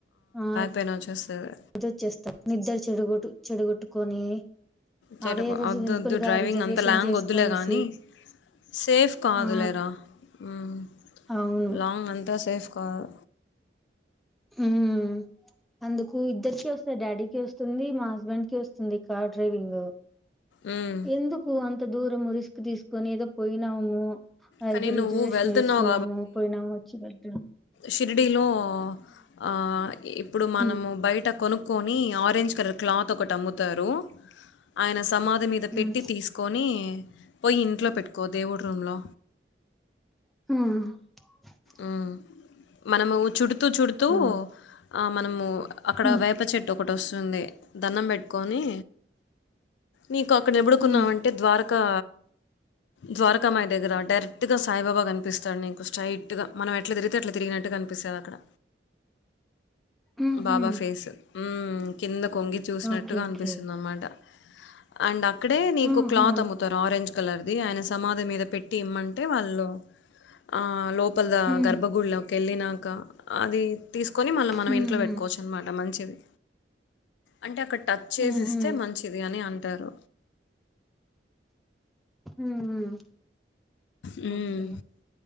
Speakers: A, in the centre; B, on the left.
A: ఆ
B: పెయిన్ వచ్చేస్తాది.
A: వచ్చేస్తార నిద్ద్ర చెడుగొట్టు చెడగొట్టుకొనీ
B: చేటుకు
A: అదే ఏదో
B: వద్దు
A: సింపుల్గా
B: వద్దు డ్రైవింగ్
A: రిజర్వేషన్
B: అంత లాంగ్
A: చేసుకొనేసి
B: వద్దులే కానీ సేఫ్ కాదులేరా
A: ఆ
B: ఉమ్
A: అవును
B: లాంగ్ అంతా సేఫ్ కాదు.
A: ఉమ్ అందుకు ఇద్దరికి వస్తది డాడీకిి వస్తుంది మా హస్బెండ్ కి వస్తుంది కార్ డ్రైవింగు
B: మ్మ్.
A: ఎందుకు అంత దూరము రిస్క్ తీసుకొని ఏదో పోయినాము. అదు
B: కానీ నువ్వు
A: రిజర్వేషన్
B: వెళ్తున్నావు
A: చేసుకున్నాము పోయినాము వచ్చినట్టు
B: షిరిడిలో ఆ ఇప్పుడు మనము
A: ఉమ్
B: బయట కొనుక్కొని ఆరెంజ్ కలర్ క్లాత్ ఒకటి అమ్ముతరూ ఆయన సమాధి మీద
A: ఉమ్
B: పెట్టి తీసుకొని పోయి ఇంట్లో పెట్టుకో దేవుడు రూంలో
A: హా
B: ఆ మనము చుడుతూ చుడుతూ
A: ఉమ్
B: ఆ మనము అక్కడ
A: ఉమ్
B: వేప్ ప చెట్టు ఒకటి వస్తుంది దన్నం పెట్టుకొనీ నీకు అక్కడ నిబడుకున్నావంటే
A: ఉమ్
B: ద్వారకా ద్వారకామయ దగ్గర డైరెక్ట్గా సాయిబాబా కనిపిస్తాడు నీకు స్ట్రైట్ టుగా మనం ఎట్ల తిరిగితే అట్ల తిరిగినట్టు కనిపిస్తది అక్కడ
A: ఉహూ
B: బాబా ఫేస్ ఉమ్ కిందకొంగి చూసినట్టుగా
A: ఓకే ఓకే
B: అనిపిస్తుంది అన్మాట అండ్ అక్కడే నీకు
A: ఉహూ
B: క్లాత్ అమ్ముతారు ఆరెంజ్ కలర్ది ఆయన సమాధి మీద పెట్టి ఇమ్మంటే వాళ్ళు ఆ లోపల ద
A: ఉహూ
B: గర్భగుడిలో కెళ్ళినాక అది తీసుకొని మళ్ళ మనం
A: ఉహూ
B: ఇంట్లో పెట్టుకోవచ్చు అనమాట మంచిది అంటే అక్కడ టచ్ చేసి
A: ఉహూ
B: ఇస్తే మంచిది అని అంటారు.
A: ఉహు
B: హ్మ్.
A: ఒకే